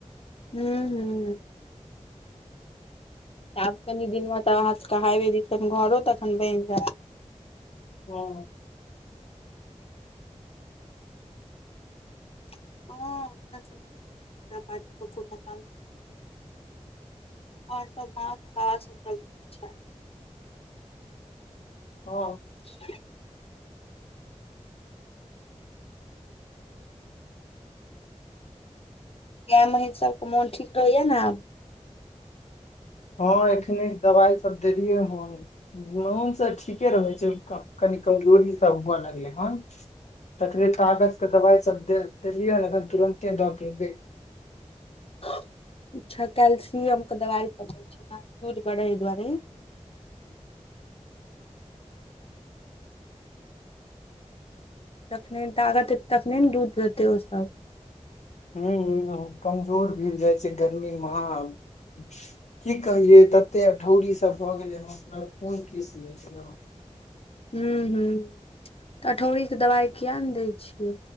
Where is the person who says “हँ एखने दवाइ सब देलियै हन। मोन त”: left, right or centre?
Left